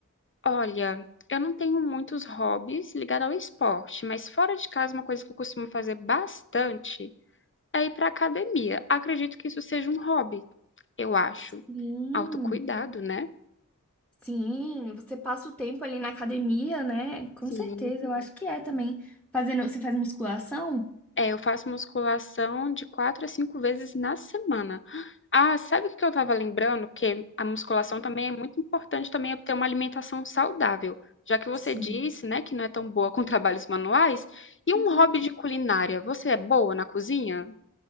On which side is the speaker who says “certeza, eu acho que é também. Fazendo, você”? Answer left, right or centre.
Centre